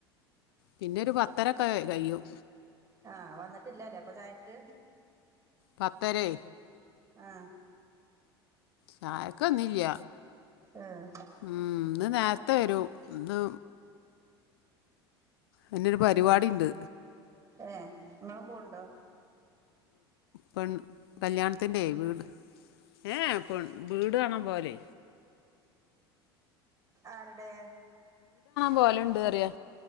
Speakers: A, on the left; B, on the right.
A: പിന്നൊരു പത്തരൊക്കെ കയും
B: ആ വന്നിട്ടിലാല്ലേ അപ്പൊ ചായക്ക്
A: പത്തരേ
B: ആ
A: ചായക്കൊന്നില്ല
B: ഏഹ്
A: ഉം ഇന്ന് നേരത്തെ വരും ഇന്ന് അയ്നൊരു പരിപാടീണ്ട്
B: ഏ നിങ്ങളും പോണ്ടോ?
A: പെൺ കല്യാണത്തിന്റെ വീട് ഏ പോണ് വീട് കാണാൻ പോവല്
B: ആരടെ?
A: പോവല്ണ്ട് പറയാ